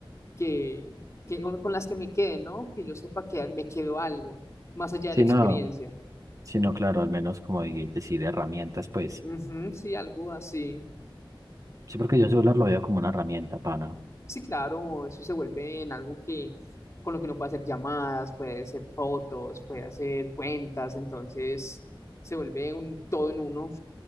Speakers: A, on the left; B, on the right.
A: que, que con las que me quede, ¿no? Que yo sepa que me quedó algo, más allá
B: Si
A: de la experiencia.
B: no, si no, claro, al menos como di- decir herramientas, pues.
A: Ujú, sí, algo así.
B: Sí, porque yo el celular lo veo como una herramienta, pana.
A: Sí, claro, eso se vuelve en algo que con lo que uno puede hacer llamadas, puede hacer fotos, puede hacer cuentas, entonces se vuelve un todo en uno,